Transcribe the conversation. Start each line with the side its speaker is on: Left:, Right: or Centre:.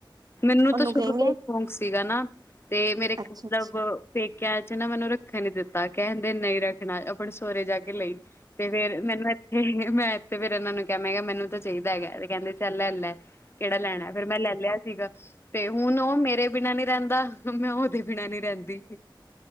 Left: ਮੈਨੂੰ
Right: ਉਹਨੂੰ
Left: ਤਾਂ ਸ਼ੁਰੂ
Right: ਕਹੇਗੇ
Left: ਤੋਂ ਸ਼ੌਕ ਸੀਗਾ ਨਾ ਤੇ ਮੇਰੇ
Right: ਅੱਛਾ
Left: ਮਤਲਬ ਪੇਕਿਆਂ 'ਚ ਨਾ ਮੈਨੂੰ ਰੱਖਣ ਨੀ ਦਿੱਤਾ, ਕਹਿੰਦੇ ਨਹੀਂ ਰੱਖਣਾ, ਆਪਣੇ ਸਹੁਰੇ ਜਾ ਕੇ ਲਈ। ਤੇ ਫੇਰ ਮੈਨੂੰ ਇੱਥੇ, ਮੈਂ ਇੱਥੇ ਫੇਰ ਇਹਨਾਂ ਨੂੰ ਕਿਹਾ, ਮੈਂ ਕਿਹਾ ਮੈਨੂੰ ਚਾਹੀਦਾ ਹੈਗਾ ਤੇ ਕਹਿੰਦੇ ਚੱਲ ਲੈ ਲੈ, ਕਿਹੜਾ ਲੈਣਾ, ਫੇਰ ਮੈਂ ਲੈ ਲਿਆ। ਸੀਗਾ, ਤੇ ਹੁਣ ਉਹ ਮੇਰੇ ਬਿਨਾਂ ਨੀ ਰਹਿੰਦਾ, ਮੈਂ ਉਹਦੇ ਬਿਨਾਂ ਨੀ ਰਹਿੰਦੀ।